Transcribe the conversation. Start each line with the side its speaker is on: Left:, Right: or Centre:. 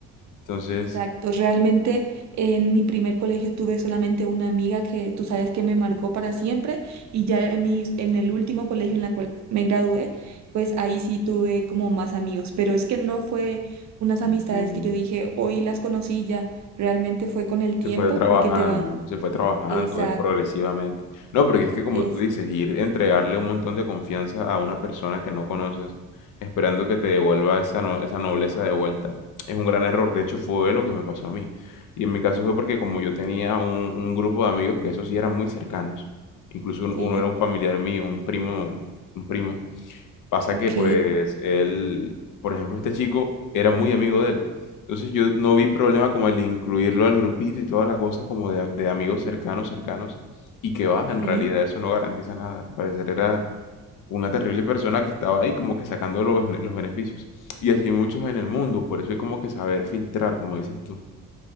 Left: Entonces,
Right: Exacto, realmente en mi primer colegio tuve solamente una amiga que tú sabes que me marcó para siempre y ya en mis, en el último colegio en la cual me gradué, pues ahí sí tuve como más amigos, pero es que no fue unas
Left: entiendo.
Right: amistades que yo dije, hoy las conocí ya, realmente fue con el
Left: Se
Right: tiempo
Left: fue trabajando,
Right: porque te van,
Left: se fue trabajando
Right: exacto,
Left: eh, progresivamente. No, porque es que como
Right: es,
Left: tú dices, ir entregarle un montón de confianza a una persona que no conoces, esperando que te devuelva esa, no- esa nobleza de vuelta, es un gran error. De hecho, fue lo que me pasó a mí. Y en mi caso fue porque como yo tenía un, un grupo de amigos que esos sí eran muy cercanos, incluso un-
Right: sí.
Left: uno era un familiar mío, un primo, un primo, Pasa
Right: Ok,
Left: que pues él, por ejemplo, este chico era muy amigo de él. Entonces yo no vi problema como el de incluirlo al grupito y toda la cosa como de, de amigos cercanos, cercanos. Y que va, en
Right: sí,
Left: realidad eso no garantiza nada. Al parecer era una terrible persona que estaba ahí como que sacando los, bene- los beneficios. Y así muchos en el mundo, por eso hay como que saber filtrar, como dices tú.